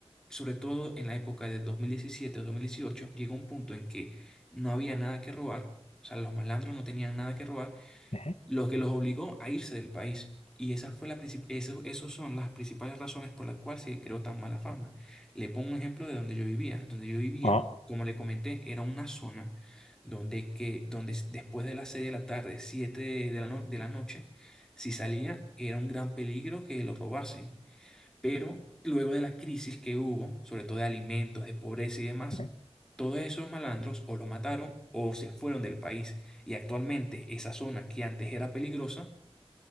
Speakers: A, in the centre; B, on the left.
A: sobre todo en la época de 2017-2018, llegó un punto en que no había nada que robar, o sea, los malandros no tenían nada que robar
B: ujú.
A: lo que los obligó a irse del país. Y esa fue la princip- eso, esos son las principales razones por las cuales se creó tan mala fama. Le pongo un ejemplo de donde yo vivía. Donde yo vivía,
B: Ah,
A: como le comenté, era una zona donde, que, donde s- después de las 6 de la tarde, 7 de la, no- de la noche, si salía, era un gran peligro que lo robasen. Pero luego de la crisis que hubo, sobre todo de alimentos, de pobreza y demás,
B: ujú.
A: todos esos malandros o lo mataron o se fueron del país. Y actualmente esa zona que antes era peligrosa